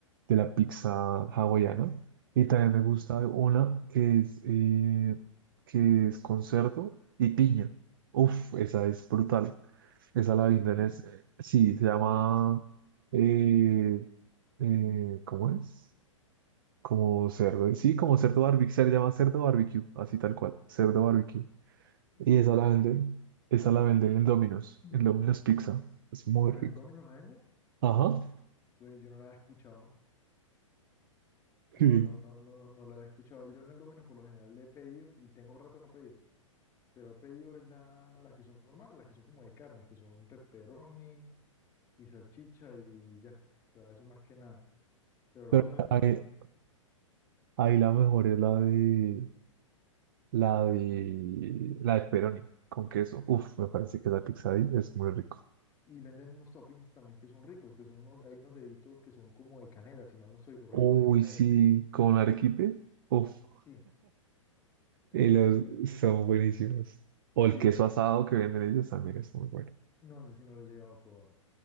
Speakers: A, on the right (about 45°); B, on the left (about 15°).
A: de la pizza hawaiana. Y también
B: Ujú.
A: me gusta una que es, eh, que es con cerdo y piña. Uf, esa es brutal. Esa
B: Cerdo
A: la venden,
B: y piña,
A: es, eh, sí, se llama, eh, eh, ¿cómo es? Como cerdo, sí, como cerdo barbecue, se llama cerdo barbecue, así tal cual, cerdo barbecue.
B: si
A: Y esa
B: es la
A: la
B: primera.
A: venden, esa la venden en Domino's,
B: Mm.
A: en Domino's Pizza. Es muy
B: Ah,
A: rico.
B: ¿en el Domino's la venden?
A: Ajá.
B: Pues yo no la he escuchado. No,
A: Sí.
B: no, no, no, no la he escuchado. Yo en el Domino's por lo general le he pedido, y tengo rato de no pedir, pero he pedido es la, las que son normales, las que son como de carnes que son pepperoni y salchicha y ya. O sea, eso más que nada. Pero las
A: Pero
B: otras esas
A: ahí,
B: sí no.
A: ahí la mejor es la de la de la de pepperoni con queso. Uf, me parece que la pizza ahí es muy rico.
B: Y venden unos toppings también que son ricos, que son unos, hay unos deditos que son como de canela, si mal no estoy, o rollitos
A: Uy,
B: de canela.
A: sí, con arequipe. Uf,
B: Sí, esos
A: y los
B: son, eh,
A: son buenísimos. O
B: sí,
A: el
B: esos
A: queso
B: son,
A: asado que venden ellos también es muy bueno.
B: no sé si no lo he llegado a probar.